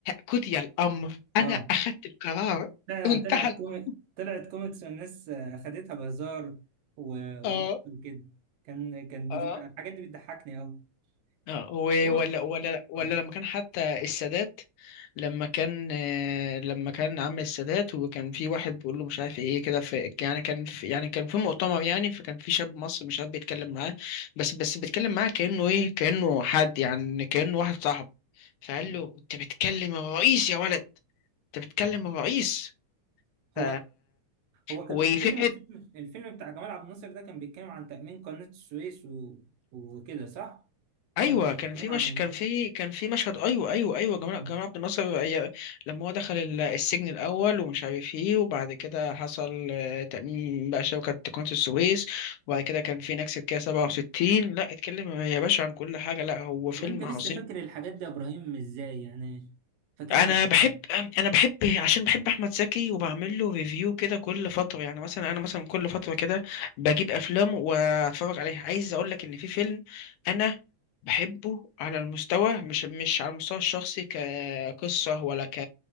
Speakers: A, on the left (about 80°); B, on the right (about 70°).
A: قضي الأمر أنا
B: اه
A: أخدت القرار
B: فعلا
A: وانتهى
B: طلعت
A: الموضوع.
B: كوميك طلعت كوميكس والناس آه، خدتها بهزار و... وليه
A: آه
B: وكده كان كان بتبقى
A: آه
B: الحاجات دي بتضحكني قوي
A: اه و-
B: كان هو
A: ولا ولا ولا
B: آه،
A: لما كان حتى السادات لما كان آه، لما كان عم السادات وكان في واحد بيقول له مش عارف ايه كده في يعني كان في يعني كان في مؤتمر يعني فكان في شاب مصري مش عارف بيتكلم معاه بس بس بيتكلم معاه كأنه ايه كأنه حد يعني كأنه واحد صاحب فقال
B: أيوة،
A: له انت بتكلم الرئيس يا ولد انت بتكلم
B: آه.
A: الرئيس ف...
B: هو هو كان
A: وفي
B: بيتكلم الفيلم الفيلم بتاع جمال عبد الناصر ده كان بيتكلم عن تأمين قناة السويس و... وكده صح؟
A: ايوه
B: ولا كان
A: كان
B: بيتكلم
A: في مش
B: عن ايه؟
A: كان في كان في مشهد ايوه ايوه ايوه جمال
B: آه.
A: جمال عبد الناصر أي- لما هو دخل ال- السجن الاول ومش عارف ايه وبعد كده حصل آه، تأميم بقى شبكه قناه السويس وبعد كده كان في نكسه كده 67 لا اتكلم يا باشا عن كل حاجه لا هو فيلم
B: طب انت لسه
A: عظيم
B: فاكر الحاجات دي يا ابراهيم ازاي يعني فاكرها
A: انا
B: ازاي؟
A: بحب انا بحب عشان بحب احمد زكي وبعمل له ريفيو كده كل فتره يعني مثلا انا مثلا كل فتره كده بجيب افلام واتفرج عليها عايز اقول لك ان في فيلم انا بحبه على المستوى مش مش على المستوى الشخصي كقصه ولا ك